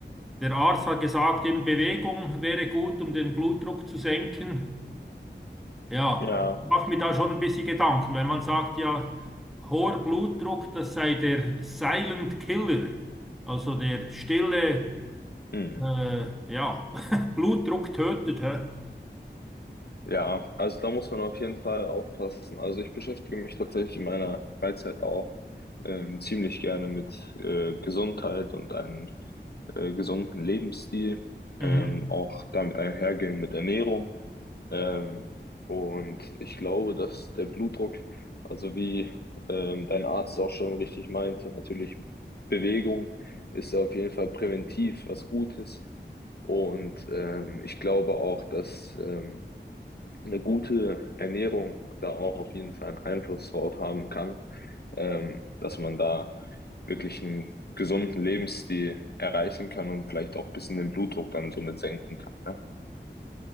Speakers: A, in the centre; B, on the left (about 60°).
A: Der Arzt hat gesagt, eben Bewegung wäre gut, um den Blutdruck zu senken. Ja,
B: Ja.
A: macht mir da schon ein bisschen Gedanken, weil man sagt ja, hoher Blutdruck, das sei der Silent Killer, also der stille,
B: Mhm.
A: äh, ja, <laughs> Blutdruck tötet. Hä?
B: Ja, also da muss man auf jeden Fall aufpassen. Also ich beschäftige mich tatsächlich in meiner Freizeit auch ähm, ziemlich gerne mit äh, Gesundheit und einem äh, gesunden Lebensstil,
A: Mhm.
B: ähm, auch damit einhergehen mit Ernährung. Ähm, und ich glaube, dass der Blutdruck, also wie ähm, dein Arzt auch schon richtig meinte, natürlich Bewegung ist auf jeden Fall präventiv was Gutes. Und ähm, ich glaube auch, dass ähm, eine gute Ernährung da auch auf jeden Fall einen Einfluss drauf haben kann, ähm, dass man da wirklich einen gesunden Lebensstil erreichen kann und vielleicht auch ein bisschen den Blutdruck dann somit senken kann. Ne?